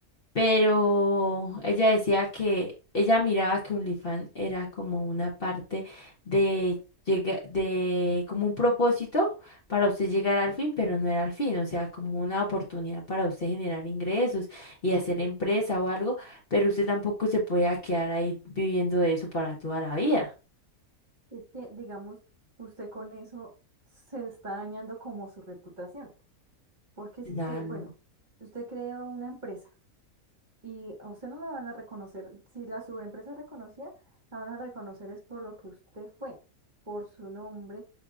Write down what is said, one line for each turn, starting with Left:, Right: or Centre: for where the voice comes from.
Left: Pero ella decía que ella miraba que OnlyFans era como una parte de, llega- de como un propósito para usted llegar al fin, pero no era al fin, o sea, como una oportunidad para usted generar ingresos y hacer empresa o algo, pero usted tampoco se podía quedar ahí viviendo de eso para toda la vida.
Right: Es que, digamos, usted con eso se está dañando como su reputación. Porque
Left: Claro.
Right: si usted, bueno, si usted crea una empresa y a usted no la van a reconocer, si la subempresa es reconocida, la van a reconocer es por lo que usted fue, por su nombre